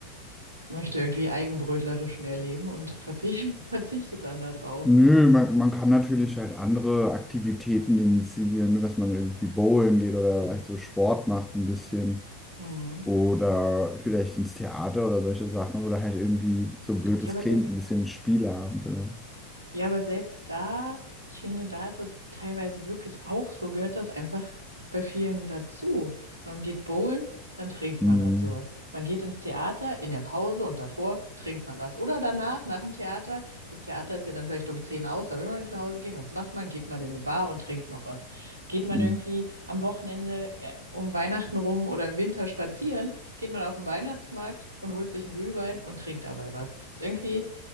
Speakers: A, on the right; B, in the centre.
A: möchte irgendwie eigenbrötlerisch mehr leben und verzichtet, <laughs> verzichtet dann darauf.
B: Nö, man, man kann natürlich halt andere Aktivitäten initiieren, ne, dass man irgendwie bowlen geht oder halt so Sport macht ein bisschen
A: Mhm.
B: oder vielleicht ins Theater oder solche Sachen oder halt irgendwie, so blöd
A: Ja,
B: es
A: aber
B: klingt,
A: selbst
B: ein bisschen Spieleabend oder.
A: Ja, aber selbst da, ich finde, da ist es teilweise wirklich auch so, gehört das einfach bei vielen dazu. Man geht bowlen, dann trinkt
B: Hm,
A: man dazu was. Man geht ins Theater in der Pause und davor trinkt man was. Oder danach, nach dem Theater, das Theater ist ja dann vielleicht um 10 aus, da will man noch nicht nach Hause gehen. Was macht man? Geht man in eine Bar und trinkt noch was. Geht man
B: hm,
A: irgendwie am Wochenende äh, um Weihnachten rum oder im Winter spazieren, geht man auf den Weihnachtsmarkt und holt sich einen Glühwein und trinkt dabei was. Ist irgendwie